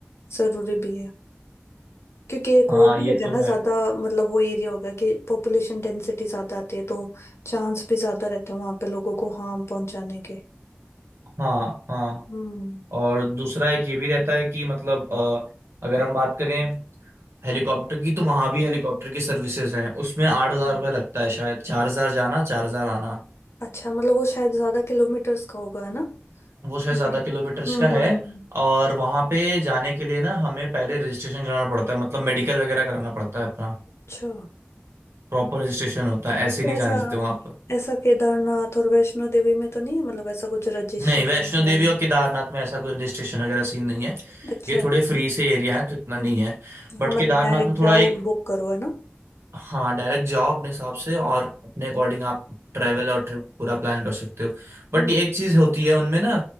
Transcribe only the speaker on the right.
हाँ
ये
तो
है
हाँ हाँ
और दूसरा एक ये भी रहता है कि मतलब अ, अगर हम बात करें हेलीकॉप्टर की तो वहां भी हेलीकॉप्टर की सर्विसेज हैं उसमें आठ
हजार रुपये लगता है शायद चार हजार जाना चार हजार आना
वो शायद
ज्यादा किलोमीटर्स
का है
और वहां पे जाने के लिए ना हमें पहले रजिस्ट्रेशन कराना पड़ता है मतलब मेडिकल वगैरह कराना पड़ता है अपना
प्रॉपर रजिस्ट्रेशन होता है ऐसे ही नहीं
जाने देते वहां पर
नहीं वैष्णो
देवी और केदारनाथ में ऐसा कोई रजिस्ट्रेशन वगैरह सीन नहीं है
ये थोड़े फ्री से एरिया है तो इतना
नहीं है बट
केदारनाथ
में थोड़ा
एक
हाँ डायरेक्ट जाओ अपने हिसाब से और अपने अकॉर्डिंग आप ट्रैवल और ट्रिप पूरा प्लान कर सकते हो बट
एक चीज होती है उनमें ना